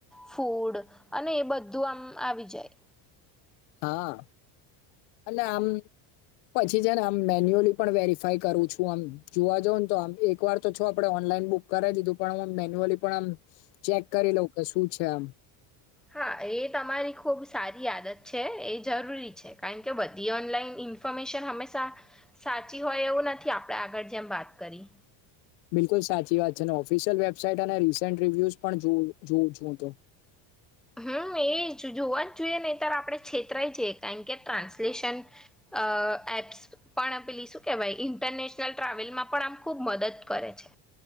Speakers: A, in the centre; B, on the left.
A: ફૂડ અને એ બધું આમ આવી જાય.
B: હા અને આમ પછી છે ને આમ મેન્યુઅલી પણ વેરીિફાય કરું છું આમ જોવા જઉ ને તો આમ એક વાર તો છો આપડે ઓનલાઈન બુક કરે દીધું પણમ મેન્યુઅલી પણ આમ ચેક કરી લઉ કે શું છે આમ.
A: હા એ તમારી ખૂબ સારી આદત છે એ જરૂરી છે કારણ કે બધી ઓનલાઈન ઈન્ફોર્મેશન હંમેશા સાચી હોય એવું નથી આપણે આગળ જેમ વાત કરી.
B: બિલકુલ સાચી વાત છે ને ઓફિશિયલ વેબસાાઈટ અને રિસેન્ટ રિવ્યુઝ પણ જો જો જો તો.
A: હમ એજ જોવા જ જોઈએ નેત્યારે આપડે. ક્ષેત્ર જે કારણ કે ટ્રાન્સલેશન અ. એપ્સ પણ પેલી શું કેહેવાય ઇન્ટરનેશનલ ટ્રાવેલમાં પણ આમ ખુબ મદદ કરે છે.